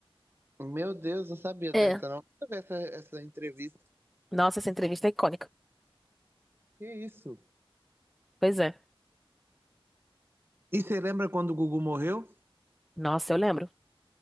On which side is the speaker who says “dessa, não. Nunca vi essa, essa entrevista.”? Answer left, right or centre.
Right